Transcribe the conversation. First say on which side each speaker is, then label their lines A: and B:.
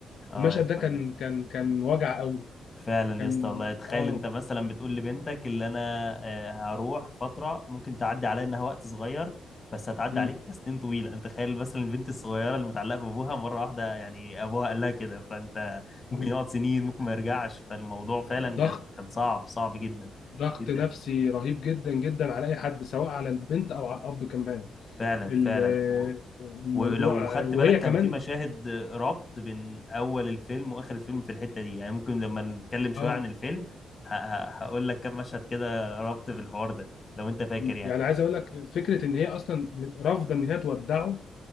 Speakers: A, on the left; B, on the left.
A: اه
B: المشهد
A: يا اسطى
B: ده كان
A: يعني
B: كان كان وجع قوي
A: فعلا
B: كان
A: يا اسطى والله تخيل
B: اه
A: انت مثلا بتقول لبنتك اللي انا آه، هروح فترة ممكن تعدي عليا انها وقت صغير بس هتعدي
B: مم.
A: عليك كسنين طويلة انت تخيل مثلا البنت الصغيرة اللي متعلقة بابوها مرة واحدة يعني ابوها قال لها كده فانت ممكن
B: مم.
A: يقعد سنين ممكن ما يرجعش فالموضوع فعلا
B: ضغط
A: كان كان صعب صعب جدا
B: ضغط
A: جدا
B: نفسي رهيب جدا جدا على اي حد سواء على البنت او على الاب كمان
A: فعلا
B: ال-
A: فعلا و...
B: الموضوع
A: ولو خدت
B: وهي
A: بالك كان
B: كمان
A: في مشاهد ربط بين اول الفيلم واخر الفيلم في الحته دي يعني ممكن لما نتكلم شويه
B: اه
A: عن الفيلم ه... ه... هقول لك كم مشهد كده ربط في الحوار ده لو انت فاكر
B: مم.
A: يعني
B: يعني عايز اقول لك فكره ان هي اصلا رافضه ان هي تودعه